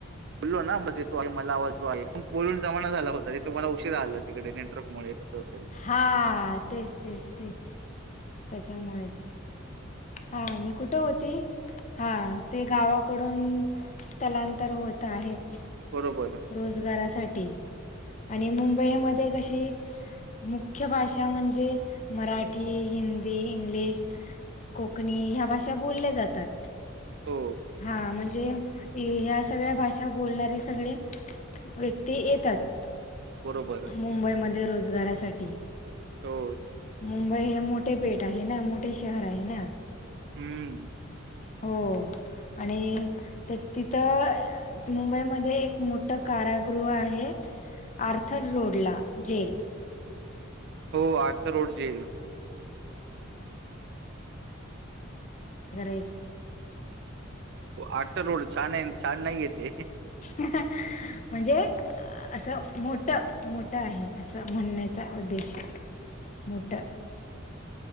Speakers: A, on the right; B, on the left.
A: बोललो ना मज मला आवो आहे बोलून जमाना झाला होता ते तुम्हाला उशीरा आला तिकडे नेटवर्क मु कसं असेल
B: हा तेच तेच तेच त्याच्यामुळेच हा मी कुठं होते हा ते गावाकडून स्थलांतर होत आहेत
A: बरोबर आहे
B: रोजगारासाठी आणि मुंबईमध्ये कशी मुख्य भाषा म्हणजे मराठी हिंदी इंग्लिश कोकणी ह्या भाषा बोलल्या जातात
A: हो
B: हा म्हणजे ह्या सगळ्या भाषा बोलणारे सगळे व्यक्ती येतात
A: बरोबर आहे
B: मुंबईमध्ये रोजगारासाठी
A: हो
B: मुंबई हे मोठे पेट आहे ना मोठे शहर आहे ना
A: हम्म
B: हो आणि तिथं मुंबईमध्येध्ये एक मोठ कारागृह आहे आर्थड रोड ला जेल
A: हो आग तर रोड जा येईल
B: गर
A: आठतार रोड छान आहे छान नाही येते
B: म्हणजे असं मोठ मोठं आहे असं म्हणण्याचा उद्देश मोठं